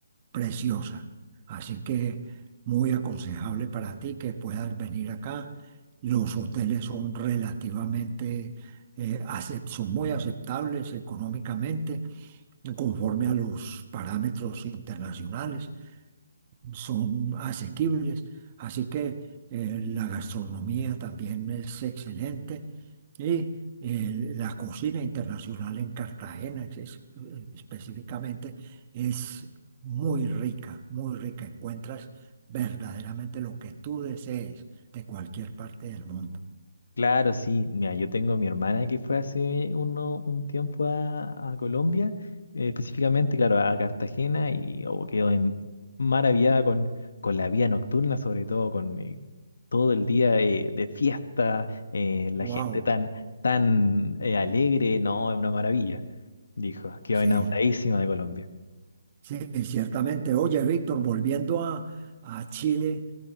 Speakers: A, on the right; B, on the left.
A: preciosa. Así que muy aconsejable para ti que puedas venir acá. Los hoteles son relativamente, eh, acep- son muy aceptables económicamente, conforme a los parámetros internacionales son asequibles, así que eh, la gastronomía también es excelente y eh, la cocina internacional en Cartagena es- es- específicamente es muy rica, muy rica. Encuentras verdaderamente lo que tú desees de cualquier parte del mundo.
B: claro, sí. Mira, yo tengo mi hermana que fue hace uno, un tiempo a, a Colombia, eh, específicamente, claro, a Cartagena y oh, quedó en- maravillada con, con la vida nocturna, sobre todo con, eh, todo el día eh, de fiesta, eh, la
A: Wow,
B: gente tan, tan eh, alegre, no, es una maravilla, dijo. Quedó
A: sí,
B: enamoradísima de Colombia.
A: sí, ciertamente. Oye, Víctor, volviendo a, a Chile.